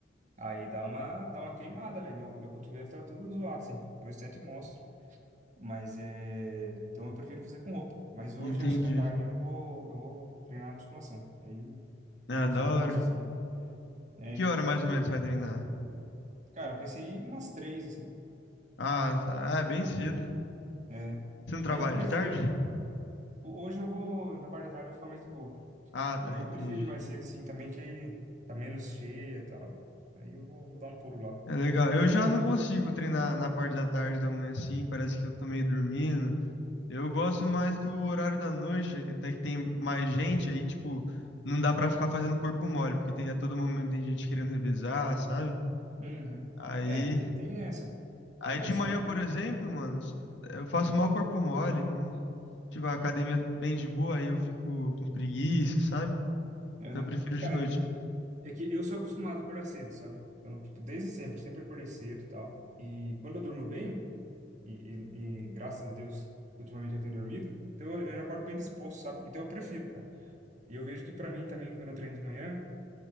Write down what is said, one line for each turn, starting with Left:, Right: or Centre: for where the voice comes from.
Right: aí dá uma, dá uma queimada, velho. Meu, meu cotovelo tá tudo zoado, assim. Depois eu até te mostro. Mas é. Então eu prefiro fazer com roupa. Mas hoje,
Left: Entendi.
Right: acho que à tarde, eu vou, eu vou treinar musculação. Aí,
Left: Ah,
Right: depois
Left: da
Right: do almoço,
Left: hora.
Right: assim. É,
Left: Que
Right: então.
Left: hora mais ou menos você vai treinar?
Right: Cara, eu pensei em umas três, assim.
Left: Ah, tá. Ah, é bem cedo.
Right: É.
Left: Você não trabalha
Right: Aí eu prefiro.
Left: de tarde?
Right: ho- Hoje eu vou. Na parte da tarde eu vou ficar mais de boa.
Left: Ah, tá,
Right: E aí eu
Left: entendi.
Right: prefiro ir mais cedo, assim, também, que aí tá menos cheia e tal. Aí eu vou, vou dar um pulo lá.
Left: É legal. Eu já não consigo treinar na parte da tarde, da manhã assim. Parece que eu tô meio dormindo. Eu gosto mais do horário da noite, até que tem mais gente aí, tipo, não dá pra ficar fazendo corpo mole, porque tem, a todo momento tem gente querendo revezar, sabe?
Right: Uhum.
Left: Aí.
Right: É, te- tem essa.
Left: Aí
Right: Mas
Left: de manhã,
Right: eu.
Left: por exemplo, mano, se- eu faço
Right: eu-
Left: mal corpo mole, não, tipo, a academia bem de boa, aí eu fico com preguiça, sabe?
Right: Aham.
Left: Então eu prefiro
Right: Cara,
Left: de noite. mesmo.
Right: É que eu sou acostumado a acordar cedo, sabe? Então, tipo, desde sempre, sempre acordei cedo e tal. E quando eu durmo bem, e, e, e graças a Deus, ultimamente eu tenho dormido, então eu, eu acordo bem disposto, sabe? Então eu prefiro, cara. E eu vejo que pra mim também, quando eu treino de manhã,